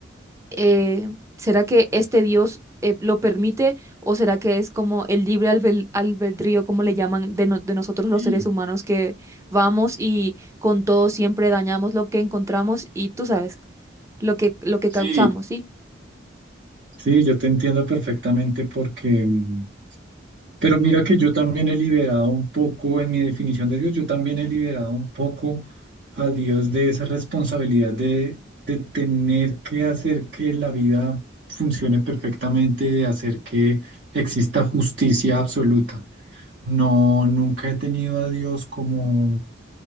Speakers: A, on the right (about 15°); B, on the right (about 60°).
A: eh, ¿será que este Dios eh, lo permite o será que es como el libre albel- albedrío, como le llaman, de, no- de nosotros los
B: sí,
A: seres humanos que vamos y con todo siempre dañamos lo que encontramos y tú sabes, lo que, lo que
B: sí,
A: causamos, ¿sí?
B: sí, yo te entiendo perfectamente porque mm, Pero mira que yo también he liberado un poco, en mi definición de Dios, yo también he liberado un poco a Dios de esa responsabilidad de, de tener que hacer que la vida funcione perfectamente, de hacer que exista justicia absoluta. No, nunca he tenido a Dios como,